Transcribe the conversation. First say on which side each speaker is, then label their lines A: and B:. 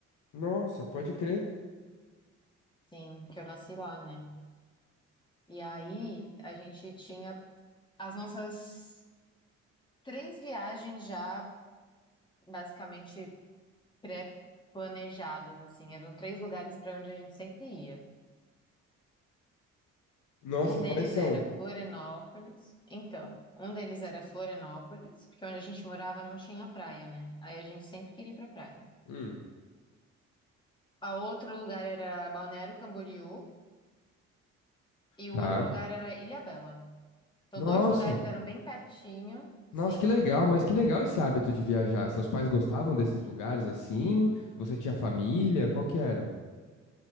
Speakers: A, on the left (about 80°); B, on the left (about 15°).
A: Nossa, pode crer.
B: sim, que eu nasci lá, né? E aí a gente tinha as nossas três viagens já basicamente pré-planejadas, assim, eram três lugares para onde a gente sempre ia.
A: Nossa,
B: Um deles
A: quais são?
B: era Florianópolis. Então, um deles era Florianópolis, porque onde a gente morava não tinha praia, né? Aí a gente sempre queria ir pra praia.
A: Hum.
B: A outro lugar era Balneário Camboriú e o
A: Tá.
B: outro lugar era Ilhabela. Então,
A: Nossa.
B: dois lugares eram bem pertinho,
A: Nossa,
B: sim.
A: que legal, mas que legal esse hábito de viajar. Seus pais gostavam desses lugares assim? Você tinha família? Qual que era?